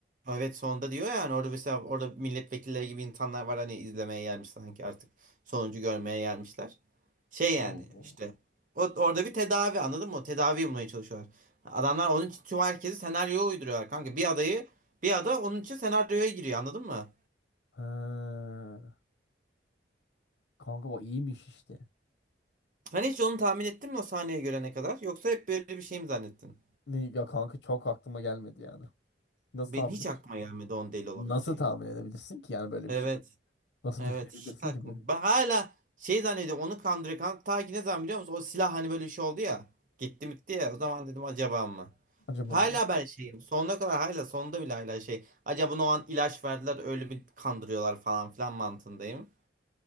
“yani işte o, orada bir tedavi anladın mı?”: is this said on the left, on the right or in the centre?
Right